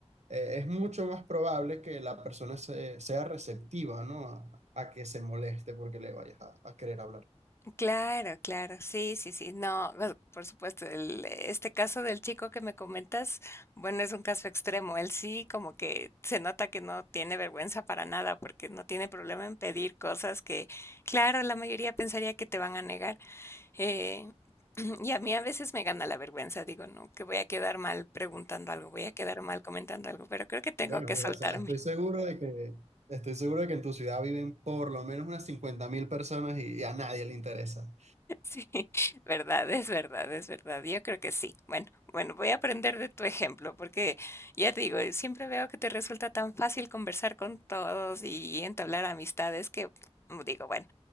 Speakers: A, on the right (about 80°); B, on the left (about 25°).
A: eh, es mucho más probable que la persona se- sea receptiva, ¿no? A, a que se moleste porque le vayas a, a querer hablar.
B: Claro, claro, sí, sí, sí, no, bueno, por supuesto, el, este caso del chico que me comentas, bueno, es un caso extremo, él sí como que se nota que no tiene vergüenza para nada, porque no tiene problema en pedir cosas que, claro, la mayoría pensaría que te van a negar, eh, <clears throat> y a mí a veces me gana la vergüenza, digo, no, que voy a quedar mal preguntando algo, voy a quedar mal comentando algo, pero creo que tengo
A: Bueno,
B: que
A: mira,
B: soltarme.
A: o sea, estoy seguro de que, estoy seguro de que en tu ciudad viven por lo menos unas cincuenta mil personas y, a nadie le interesa.
B: Sí, <laughs> verdad, es verdad, es verdad. Yo creo que sí. Bueno, bueno, voy a aprender de tu ejemplo, porque ya te digo, eh, siempre veo que te resulta tan fácil conversar con todos y entablar amistades que mm, digo, bueno,